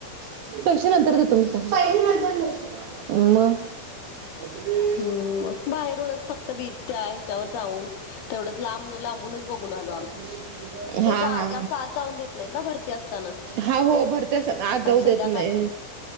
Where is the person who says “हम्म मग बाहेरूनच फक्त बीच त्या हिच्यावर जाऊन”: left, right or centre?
Left